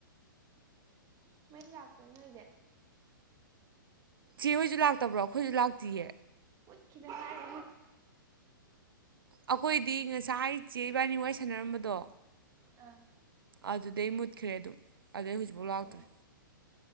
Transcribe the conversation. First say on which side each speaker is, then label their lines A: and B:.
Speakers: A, on the right (about 30°); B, on the right (about 85°).
A: ꯃꯩ ꯂꯥꯛꯄꯣ ꯅꯣꯏꯗꯤ
B: ꯁꯤꯍꯣꯏꯁꯨ ꯂꯥꯛꯇꯕ꯭ꯔꯣ ꯑꯩꯈꯣꯏꯁꯨ ꯂꯥꯛꯇꯤꯌꯦ
A: ꯗꯦ
B: ꯑꯩꯈꯣꯏꯗꯤ ꯉꯁꯥꯏꯆꯦꯕꯥꯅꯤꯋꯥꯏ ꯁꯥꯟꯅꯔꯝꯕꯗꯣ
A: ꯑ
B: ꯑꯗꯨꯗꯤꯩ ꯃꯨꯠꯈ꯭ꯔꯦ ꯑꯗꯨꯝ ꯑꯗꯨꯗꯩ ꯍꯧꯖꯤꯛꯐꯥꯎ ꯂꯥꯛꯇꯔꯤ
A: ꯑꯣ